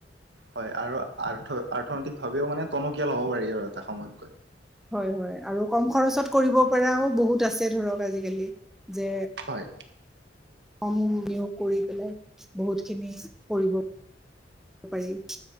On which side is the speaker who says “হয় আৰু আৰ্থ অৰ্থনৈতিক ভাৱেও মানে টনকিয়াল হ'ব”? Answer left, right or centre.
Right